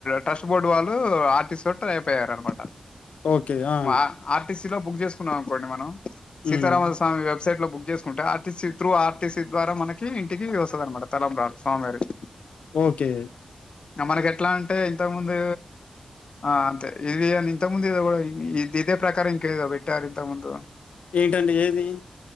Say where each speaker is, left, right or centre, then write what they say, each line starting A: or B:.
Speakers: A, on the left; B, on the left.
A: ట్రస్ట్ బోర్డు వాళ్ళు ఆర్టీతోటి ట్రై అయిపోయారు అనమాట
B: ఓకే. ఆ!
A: వా ఆర్టీసీ లో బుక్ చేసుకున్నాం అనుకోండి మనం
B: హ్మ్.
A: సీతారామ స్వామి వార్ బ్సైట్ లో బుక్ చేసుకుంటే ఆర్టీసీ త్రూ ఆర్టీసీ ద్వారా మనకి ఇంటికి వస్తుంది అనమాట తెలంబ్రాలు స్వామివారివి
B: ఓకే
A: మనకి ఎట్లా అంటే ఇంత ముందు ఆ అంతే ఇది అ ఇంత ముందు ఇది కూడా ఇ ఇదే ప్రకారం ఇంకెదో బెట్టారు ఇంతకు ముందు
B: ఏంటండి ఏది